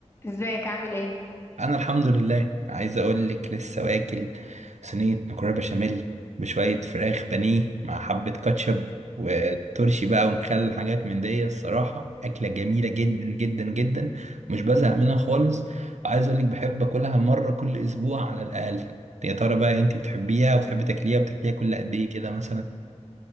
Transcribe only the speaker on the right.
انا الحمد لله عايز اقول لك لسه واكل صينيه مكرونه بشاميل بشويه فراخ بانيه مع حبه كاتشب وترشي بقى ومخلل حاجات من دي الصراحه اكله جميله جدا جدا جدا مش بزهق منها خالص وعايز اقول لك بحب اكلها مره كل اسبوع على الاقل يا ترى بقى انت بتحبيها وبتحبي تاكليها وبتاكليها كل قد ايه كده مثلا